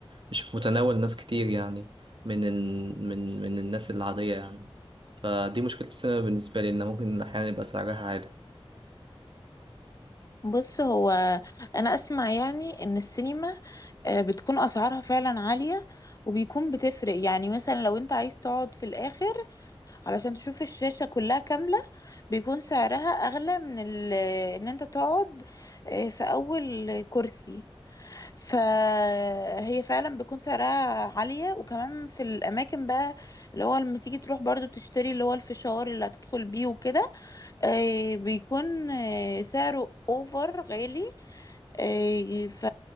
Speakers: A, on the right; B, on the left.
A: مش في متناول ناس كتير يعني من ال... من من الناس العادية يعني فدي مشكلة السينما بالنسبة لي إن ممكن أحيانا يبقى سعرها عالي
B: بص هو انا اسمع يعني ان السينما آه، بتكون اسعارها فعلا عالية وبيكون بتفرق يعني مثلا لو انت عايز تقعد في الاخر علشان تشوف الشاشة كلها كاملة بيكون سعرها اغلى من ال... ان انت تقعد آه، في اول كرسي فهي فعلا بيكون سعرها عالية وكمان في الاماكن بقى اللي هو لما تيجي تروح برضو تشتري اللي هو الفشار اللي هتدخل بيه وكده آه، بيكون آه، سعره اوفر غالي إيه ف